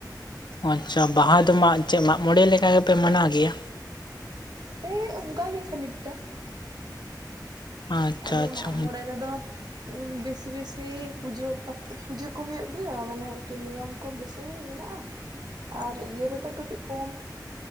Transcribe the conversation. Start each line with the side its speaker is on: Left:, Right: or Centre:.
Left: ᱟᱪᱪᱷᱟ ᱵᱟᱦᱟ ᱫᱚ ᱢᱟ ᱪᱮᱫ ᱢᱟᱜ ᱢᱚᱬᱮ ᱞᱮᱠᱟ ᱜᱮᱯᱮ ᱢᱟᱱᱟᱣ ᱜᱮᱭᱟ
Right: ᱦᱮᱸ ᱚᱱᱠᱟ ᱜᱤ ᱠᱷᱟᱹᱱᱤᱠᱴᱟ
Left: ᱟᱪᱪᱷᱟ
Right: ᱟᱫᱚ
Left: ᱟᱪᱪᱷᱟ
Right: ᱢᱟᱜ ᱢᱚᱬᱮ ᱨᱮᱫᱚ ᱵᱮᱥᱤ ᱵᱮᱥᱤ ᱯᱩᱡᱟᱹ ᱯ ᱯᱩᱡᱟᱹ ᱠᱚ ᱦᱩᱭᱩᱜ ᱜᱮᱭᱟ ᱢᱟᱱᱮ ᱮᱠᱴᱩ ᱱᱤᱭᱚᱢ ᱠᱚ ᱵᱮᱥᱤ ᱢᱮᱱᱟᱜᱼᱟ
Left: <inaudible>
Right: ᱟᱨ ᱤᱭᱟᱹ ᱨᱮᱫᱚ ᱠᱟᱹᱴᱤᱜ ᱠᱚᱢ